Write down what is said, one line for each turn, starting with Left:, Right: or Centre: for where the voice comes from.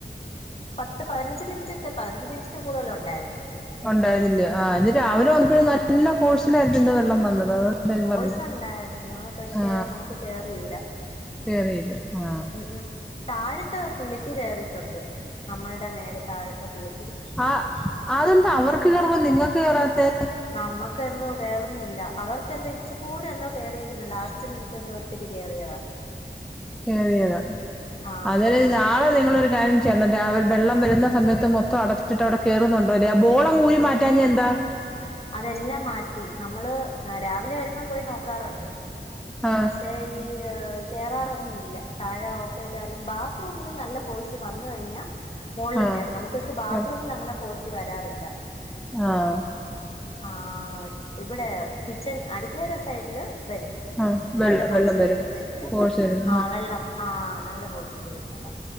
Left: ഇ പതിനഞ്ച് മിനിറ്റെ ഒക്കെ പതിനഞ്ച് മിനിന്റെ കൂടുതലാ ഉണ്ടായിരുന്നു
Centre: ഉണ്ടായിരുന്നില്ല ആ ഇന്ന് രാവിലെ
Left: ആഹ്
Centre: വന്നപ്പോഴും നല്ല ഫോഴ്സിലായിരുന്നല്ലോ വെള്ളം വന്നത് ഞാൻ
Left: ഹോഴ്സ്
Centre: പറഞ്ഞു
Left: ഉണ്ടായിരുന്നു പക്ഷെ
Centre: ആ
Left: നമുക്ക് കേയറിയില്ല
Centre: കേറിയില്ല ആ
Left: ഉംഉംതാഴത്തെ പുള്ളിക്ക് കയറിയിട്ടുണ്ട് നമ്മളുടെ നേരെ താഴത്തെ പുള്ളി
Centre: ആ അതെന്ത അവർക്ക് കേറുമ്പം നിങ്ങക്ക് കേറാത്തെ
Left: നമ്മുക്കെന്തോ കയറുന്നില്ല അവർക്കന്തോ ഇച്ചു കൂരം എന്തോ കേറിയിരിക്കുന്നു ലാസ്റ്റ് മിനിറ്റ് എന്തോ ത്തിരി കയറിയ
Centre: കേറിയതാ
Left: ആഹ്
Centre: അത നാളെ നിങ്ങളൊരു കാര്യം ചെയ്യണം രാവിലെ വെള്ളം വരുന്ന സമയത്ത് മൊത്തം അടച്ചിട്ട്ട്ടെ അവടെ കയറുന്നുണ്ടോ അ ബോള ഊരി മാറ്റി ട്ടാഞ്ഞന്താ
Left: അതെല്ലാം മാറ്റി നമ്മള് രാവിലെ വരുമ്പോ പോയി നോക്കാറുണ്ട്
Centre: ആ
Left: പക്ഷേ ഈ കേയറാറൊന്നുമില്ല താഴെ ഓഫ് ചെയ്താലും ബാത്റൂമിലും നല്ല ഫോഴ്സി വന്ന് കഴിഞ്ഞാൽ മോളില്
Centre: ആ
Left: കേറുംനമുക്ക് പക്ഷെ ബാത്റൂമിൽ
Centre: കേറ്.
Left: അങ്ങനെ ഫോഴ്സി വരാറില്ല
Centre: ആഹ്
Left: ആഹ് ഇവിടെ കിച്ചൺ അടുക്കളേലെ സൈഡില് വരും
Centre: ആ വെള്ളം
Left: നല്ല ഫോഴ്സി
Centre: വെള്ളം
Left: വരും പക്ഷെ
Centre: ഫോഴ്സ് വരും
Left: ആ വെള്ളം ആഹ് നല്ല ഫോഴ്സ് വരും വെള്ളം